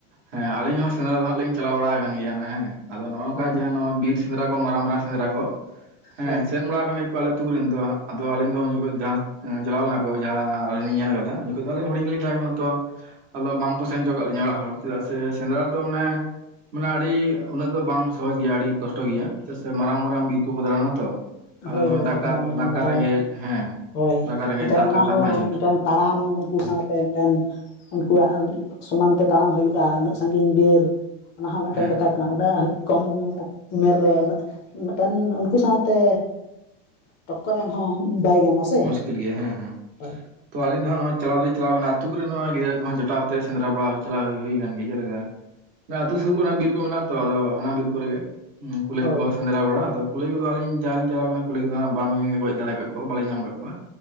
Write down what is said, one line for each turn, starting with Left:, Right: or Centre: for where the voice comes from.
Right: ᱦᱮᱸ ᱟᱹᱞᱤᱧ ᱦᱚᱸ ᱥᱮᱸᱫᱽᱨᱟ ᱫᱚ ᱦᱟᱜ ᱞᱤᱧ ᱪᱟᱞᱟᱣ ᱵᱟᱲᱟ ᱠᱟᱱ ᱜᱮᱭᱟ ᱱᱟ ᱦᱮᱸ᱾ ᱟᱫᱚ ᱱᱚᱝᱠᱟ
Left: ᱦᱳᱭ
Right: ᱡᱟᱦᱟ ᱱᱚᱜᱚᱭ ᱵᱤᱨ ᱥᱮᱸᱫᱽᱨᱟ ᱠᱚ ᱢᱟᱨᱟᱝ ᱢᱟᱨᱟᱝ ᱥᱮᱸᱫᱽᱨᱟ ᱠᱚ ᱦᱮᱸ
Left: ᱦᱳᱭ
Right: ᱥᱮᱱ ᱵᱟ ᱠᱟᱱ ᱜᱮ ᱠᱚ ᱟᱞᱮ ᱟᱹᱛᱩ ᱠᱚᱨᱮᱱ ᱫᱚ ᱟᱫᱚ ᱟᱹᱞᱤᱧ ᱫᱚ ᱩᱱ ᱡᱚᱠᱷᱚᱡ ᱡᱟᱦᱟ ᱮᱸ ᱪᱟᱞᱟᱣ ᱞᱮᱱᱟ ᱠᱚ ᱡᱟᱦᱟᱸ ᱟᱹᱞᱤᱧ ᱞᱤᱧ ᱧᱮᱞ ᱠᱟᱫᱟ ᱩᱱᱚᱠᱷᱟᱡ ᱫᱚ ᱟᱹᱧᱤᱧ ᱦᱩᱰᱤᱧ ᱜᱮᱞᱤᱧ ᱛᱟᱦᱮᱸ ᱠᱟᱱᱟ᱾ ᱛᱚ ᱟᱫᱚ ᱵᱟᱝᱠᱚ ᱥᱮᱱ ᱪᱚ ᱠᱟᱜ ᱞᱤᱧᱟᱹ ᱚᱲᱟᱜ ᱦᱚᱲ ᱪᱮᱫᱟᱜ ᱥᱮ ᱥᱮᱸᱫᱽᱨᱟ ᱨᱮ ᱫᱚ ᱢᱟᱱᱮ ᱢᱟᱱᱮ ᱟᱹᱰᱤ ᱩᱱᱟᱹᱜ ᱫᱚ ᱵᱟᱝ ᱥᱚᱦᱚᱡ ᱜᱮᱭᱟ ᱟᱹᱰᱤ ᱠᱚᱥᱴᱚ ᱜᱮᱭᱟ ᱪᱮᱜ ᱥᱮ ᱢᱟᱨᱟᱝ ᱢᱟᱨᱟᱝ ᱵᱤᱨ ᱠᱚᱠᱚ ᱫᱟᱲᱟᱱᱟ ᱛᱚ᱾ ᱟᱫᱚ
Left: ᱦᱳᱭ
Right: ᱱᱚᱜᱼᱚᱭ
Left: ᱦᱳᱭ
Right: ᱫᱟᱠᱟ
Left: ᱮᱠᱫᱚᱢ ᱱᱚᱣᱟ
Right: ᱫᱟᱠᱟ
Left: ᱫᱚ
Right: ᱨᱮᱸᱜᱮᱡ ᱦᱮᱸ
Left: ᱦᱳᱭ
Right: ᱫᱟᱠᱟ ᱨᱮᱸᱜᱮᱡ
Left: ᱢᱤᱫᱴᱮᱱ
Right: ᱫᱟᱜ
Left: ᱚᱱᱟ
Right: ᱛᱮᱛᱟᱝ
Left: ᱦᱚᱸ
Right: ᱟᱹᱭᱩᱨ
Left: ᱢᱤᱫᱴᱮᱱ ᱛᱟᱲᱟᱢ ᱩᱱᱠᱩ ᱥᱚᱸᱜᱮᱛᱮ ᱢᱤᱫᱴᱮᱱ ᱩᱱᱠᱩᱣᱟᱜ ᱥᱚᱢᱟᱱ ᱛᱮ ᱛᱟᱲᱟᱢ ᱦᱩᱭᱩᱜᱼᱟ ᱩᱱᱟᱹᱜ ᱥᱟᱺᱜᱤᱧ ᱵᱮᱨ᱾ ᱚᱱᱟ ᱦᱚᱸ ᱢᱮᱜᱴᱮᱱ
Right: ᱦᱮᱸ
Left: ᱠᱟᱛᱷᱟ
Right: ᱦᱮᱸ
Left: ᱠᱟᱱᱟ ᱚᱱᱟ ᱩᱸᱦᱟᱹᱜ ᱠᱚᱢ ᱩᱢᱮᱨ ᱨᱮ ᱩᱱᱟᱹᱜ ᱢᱮᱜᱴᱮᱱ ᱩᱱᱠᱩ ᱥᱟᱶᱛᱮ ᱴᱚᱠᱠᱚᱨ ᱮᱢ ᱦᱚᱸ ᱵᱟᱭ ᱜᱟᱱᱚᱜᱼᱟ ᱥᱮ᱾
Right: ᱠᱤᱞ ᱜᱮᱭᱟ ᱦᱮᱸ ᱦᱮᱸ᱾
Left: ᱦᱳᱭ
Right: ᱛᱚ ᱟᱞᱤᱧ ᱫᱚ ᱦᱟᱸᱜ ᱱᱚᱸᱜᱼᱚᱭ ᱪᱟᱞᱟᱣ ᱫᱚᱞᱤᱧ ᱪᱟᱞᱟᱣ ᱠᱟᱱᱟ ᱟᱛᱩ ᱠᱚᱨᱮ ᱱᱚ ᱚᱭ ᱜᱤᱫᱽᱨᱟᱹ ᱠᱚᱦᱚ ᱡᱚᱴᱟᱣ ᱟᱛᱮ ᱥᱮᱫᱽᱨᱟ ᱵᱟᱲᱟ ᱦᱩᱭ ᱪᱟᱞᱟᱣ ᱦᱩᱭ ᱠᱟᱱ ᱜᱮᱭᱟ᱾ ᱡᱮᱞᱮᱠᱟ
Left: <inaudible>
Right: ᱡᱟ ᱟᱹᱛᱩ ᱥᱩᱨ ᱠᱚᱨᱮ ᱵᱤᱨ ᱠᱚ ᱢᱮᱱᱟᱜᱼᱟ ᱛᱚ ᱟᱫᱚ ᱚᱱᱟ ᱵᱤᱨ ᱠᱚᱨᱮ ᱜᱮ ᱠᱩᱞᱟᱹᱭ
Left: ᱦᱳᱭ
Right: ᱠᱚ ᱥᱮᱸ ᱥᱮᱸᱫᱽᱨᱟ ᱵᱟᱲᱟ ᱟᱫᱚ ᱠᱩᱞᱟᱹᱭ ᱠᱚᱫᱚ ᱟᱞᱤᱧ ᱡᱟ ᱞᱤᱧ ᱪᱟᱞᱟᱣ ᱠᱟᱱᱟ ᱠᱩᱞᱟᱹᱭ ᱠᱚᱫᱚ ᱦᱟᱸᱜ ᱵᱟᱝ ᱜᱚᱡ ᱫᱟᱲᱮ ᱠᱟᱜ ᱠᱚ ᱵᱟᱞᱮ ᱧᱟᱢ ᱠᱟᱜ ᱠᱚᱣᱟ᱾